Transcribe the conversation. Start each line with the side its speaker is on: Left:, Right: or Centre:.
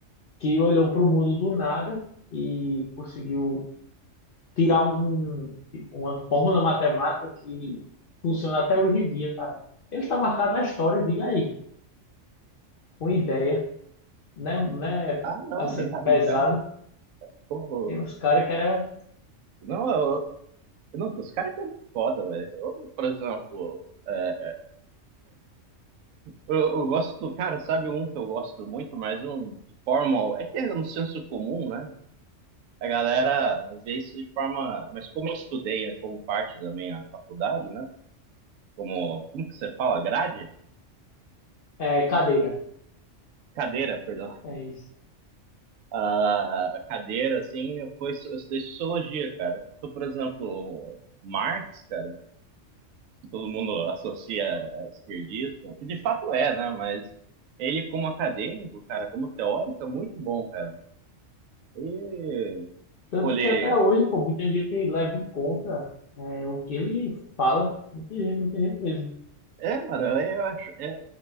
Left: que olhou para o mundo do nada e conseguiu tirar um, tipo, uma fórmula matemática que funciona até hoje em dia, cara. Ele está marcado na história, diga aí, com ideia, né? né
Right: ah, não,
Left: assim,
Right: verdade,
Left: pesado.
Right: cara. Pô,
Left: Tem uns caras que era
Right: não, eu, não, os caras que é muito foda, velho. Eu, Por exemplo, é, eu, eu gosto do. Cara, sabe um que eu gosto muito, mas um de forma. É que é no senso comum, né? A galera vê isso de forma. Mas como eu estudei, né, como parte da minha faculdade, né? Como, como que você fala? Grade?
Left: é, cadeira.
Right: Cadeira, perdão.
Left: É isso.
Right: Ah, A cadeira, assim, foi, eu estudei sociologia, cara. Então, por exemplo, Marx, cara. todo mundo associa a esquerdista, que de fato é, né? Mas ele, como acadêmico, cara, como teórico, é muito bom, cara. E,
Left: Tanto
Right: tipo, ele.
Left: que até hoje, pô, muita gente leva em conta é, o que ele fala. Muita gente, muita gente mesmo.
Right: É, mano, eu acho. É,